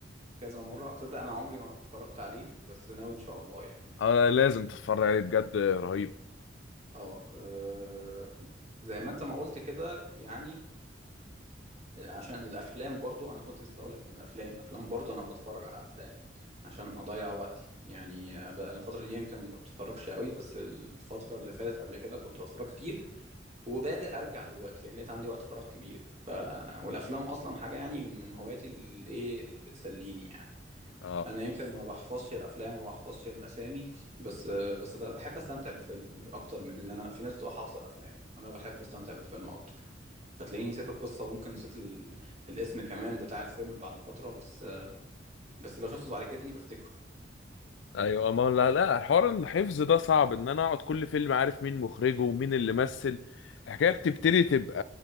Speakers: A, on the right; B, on the left.
A: كذا مرة تصدق أنا عمري ما اتفرجت عليه بس ناوي إن شاء الله يعني
B: اه لازم تتفرج عليه بجد رهيب
A: اه آه، زي ما أنت ما قلت كده يعني آه، عشان الأفلام برضو أنا كنت نسيت أقولك إن الأفلام أفلام برضو أنا بتفرج على أفلام عشان أضيع وقتي يعني آه، بقى الفترة دي يمكن ما بتفرجش قوي بس الفترة اللي فاتت قبل كده كنت بتفرج كتير وبادئ أرجع دلوقتي لأن لقيت عندي وقت فراغ كبير ف... والأفلام أصلا حاجة يعني من هواياتي الإيه اللي بتسليني يعني
B: اه
A: انا يمكن ما بحفظش الافلام وما بحفظش الاسامي بس بس بحب استمتع بالفيلم مش اكتر من ان انا في ناس بتبقى حافظه الافلام انا بحب استمتع بالفيلم اكتر فتلاقيني نسيت القصه وممكن نسيت ال... الاسم كمان بتاع الفيلم بعد فتره بس بس لو شفته بعد كده تاني بفتكره
B: ايوه ما لا لا حوار الحفظ ده صعب ان انا اقعد كل فيلم عارف مين مخرجه ومين اللي مثل الحكايه بتبتدي تبقى